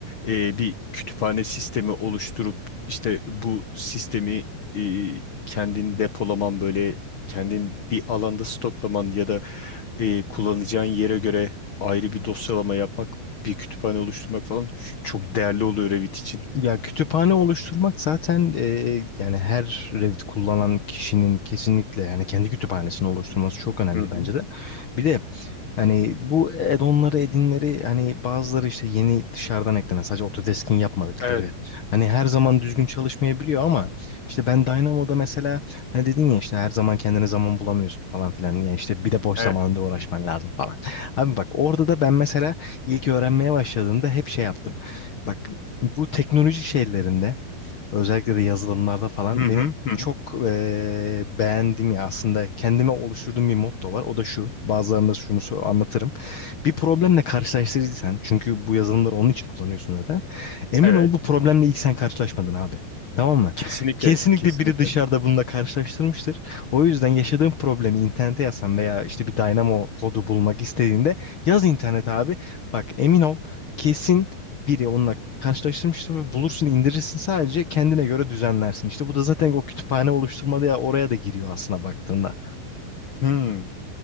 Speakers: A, on the left; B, on the left.
A: e, bir kütüphane sistemi oluşturup işte bu sistemi e, kendin depolaman böyle kendin bir alanda stoklaman ya da e, kullanacağın yere göre ayrı bir dosyalama yapmak, bir kütüphane oluşturmak falan ç- çok değerli oluyor Revit için.
B: Ya kütüphane oluşturmak zaten e, yani her Revit kullanan kişinin kesinlikle yani kendi kütüphanesini oluşturması çok önemli
A: Hı hı.
B: bence de. Bir de Hani bu add-on'ları edinleri hani bazıları işte yeni dışarıdan eklenen sadece Autodesk'in yapmadıkları
A: Evet,
B: hani her zaman düzgün çalışmayabiliyor ama işte ben Dynamo'da mesela hani dedin ya işte her zaman kendine zaman bulamıyorsun falan filan yani işte bir de boş
A: evet.
B: zamanında uğraşman lazım falan. Abi bak orada da ben mesela ilk öğrenmeye başladığımda hep şey yaptım. Bak bu teknoloji şeylerinde Özellikle de yazılımlarda falan
A: Hı hı,
B: benim
A: hı hı.
B: çok eee, beğendiğim ya aslında kendime oluşturduğum bir motto var. O da şu. Bazılarında şunu so- anlatırım. Bir problemle karşılaştırırsan çünkü bu yazılımları onun için kullanıyorsun zaten. Emin
A: Evet.
B: ol bu problemle ilk sen karşılaşmadın abi. Tamam mı?
A: Kesinlikle,
B: Kesinlikle
A: kesinlikle.
B: biri dışarıda bununla karşılaştırmıştır. O yüzden yaşadığın problemi internete yazsan veya işte bir Dynamo kodu bulmak istediğinde yaz internete abi. Bak emin ol kesin biri onunla karşılaştırmıştım ve bulursun indirirsin sadece kendine göre düzenlersin. İşte bu da zaten o kütüphane oluşturmada ya oraya da giriyor aslında baktığında.
A: Hmm,